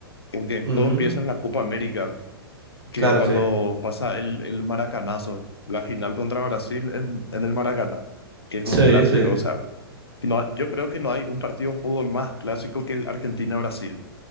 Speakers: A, on the left; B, on the right.
A: porque
B: ujú,
A: todo empieza en la Copa América. que
B: Claro,
A: cuando
B: sí.
A: pasa el, el maracanazo, la final contra Brasil en, en el Maracaná, que es un
B: Sí,
A: clásico,
B: sí.
A: o sea, no, yo creo que no hay un partido de fútbol más clásico que el Argentina-Brasil